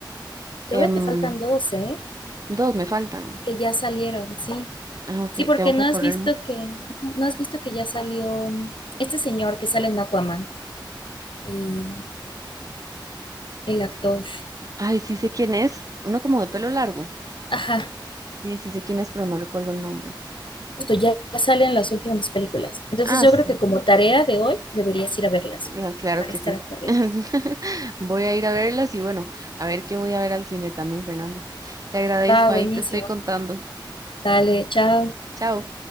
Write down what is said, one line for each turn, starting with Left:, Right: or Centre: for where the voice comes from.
Left: Todavía
Right: Em,
Left: te faltan dos, ¿eh?
Right: dos me faltan.
Left: Que ya salieron, sí.
Right: Ah, ok,
Left: Sí, porque
Right: tengo que
Left: no
Right: acorrerme.
Left: has visto que, ajá, no has visto que ya salió este señor que sale en Aquaman, eh, el actor.
Right: Ay, sí sé quién es, uno como de pelo largo.
Left: Ajá,
Right: Sí, sí sé quién es, pero no recuerdo el nombre.
Left: justo ya, ya salen las últimas películas. Entonces
Right: Ah,
Left: yo
Right: sí.
Left: creo que como tarea de hoy deberías ir a verlas
Right: Ah, Claro
Left: para
Right: que
Left: estar
Right: sí.
Left: al corriente.
Right: <laughs> Voy a ir a verlas y bueno, a ver qué voy a ver al cine también, Fernando. Te agradezco,
Left: Va,
Right: ahí
Left: buenísimo.
Right: te estoy contando.
Left: Dale, chao.
Right: Chao.